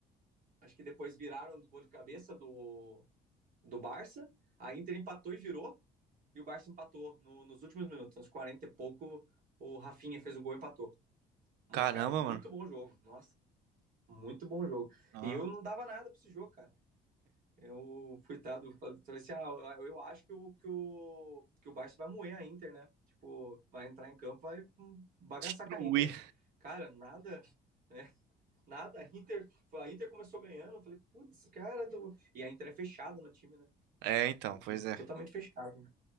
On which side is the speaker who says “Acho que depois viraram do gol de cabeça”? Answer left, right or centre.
Right